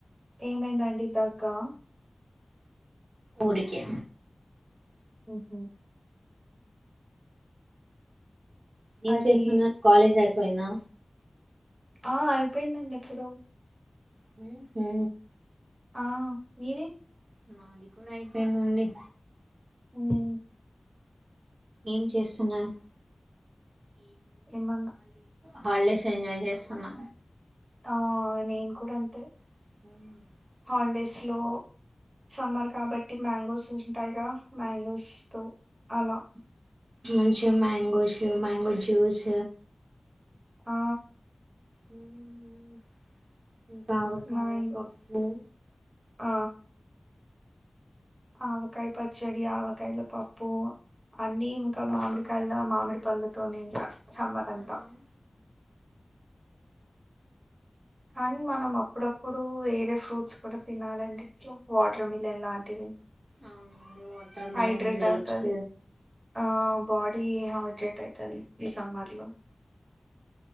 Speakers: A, on the right (about 30°); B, on the right (about 75°).
A: ఏమైందండి దగ్గా
B: ఊడికే
A: మ్ హ్
B: ఏం
A: అది
B: చేస్తున్నార్ కాలేజ్ అయిపోయిందా
A: ఆ అయిపోయిందండి ఎప్పుడో
B: మ్
A: ఆ మీది?
B: మాది కూడా అయిపోయిందండి.
A: మ్
B: ఏం చేస్తున్నారు?
A: ఏమన్నా
B: హాల్డేస్ ఎంజాయ్ చేస్తున్నా.
A: తా నేన్ కూడా అంతే
B: మ్
A: హాల్డేస్లో సమ్మర్ కాబట్టి మ్యాంగోస్ ఉంటాయిగ మ్యాంగోస్తో అలా
B: మంచిగ మ్యాంగోస్, మ్యాంగో జ్యూస్
A: ఆ
B: మ్..... ఇంక ఆవకాయ,
A: మ్యాంగో
B: పప్పు
A: ఆ ఆవకాయ పచ్చడి, ఆవకాయల పప్పు అన్నీ ఇంకా మామి కళ మామిడి పళ్ళతోనే ఇంకా సమ్మరంతా
B: అవును
A: కానీ మనం అప్పుడప్పుడు వేరే ఫ్రూట్స్ కుడ తినాలండి వాటర్ మిలన్ లాంటిది.
B: అవునండి వాటర్ మిలన్,
A: హైడ్రేట్
B: గ్రేప్స్
A: అవుతది ఆ బాడి హైడ్రేట్ అయితది ఈ సమ్మర్లో